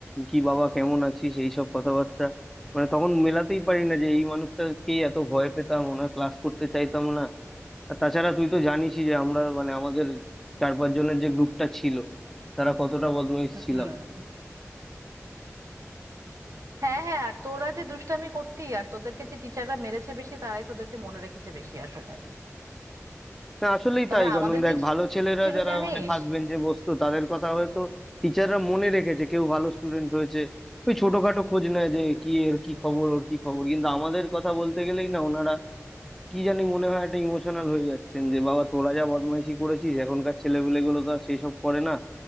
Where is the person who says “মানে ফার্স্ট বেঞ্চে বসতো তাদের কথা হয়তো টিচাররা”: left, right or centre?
Centre